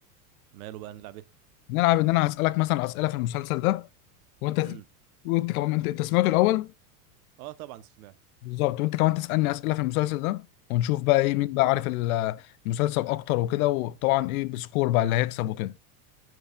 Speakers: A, on the right; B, on the left.
A: ماله بقى نلعب ايه
B: نلعب ان انا هسالك مثلا اسئله في المسلسل ده وانت
A: امم
B: وانت كمان انت انت سمعته الاول
A: اه طبعا سمعته
B: بالظبط وانت كمان تسالني اسئله في المسلسل ده ونشوف بقى ايه
A: امم
B: مين بقى عارف ال- المسلسل اكتر وكده وطبعا ايه بسكور بقى اللي هيكسب وكده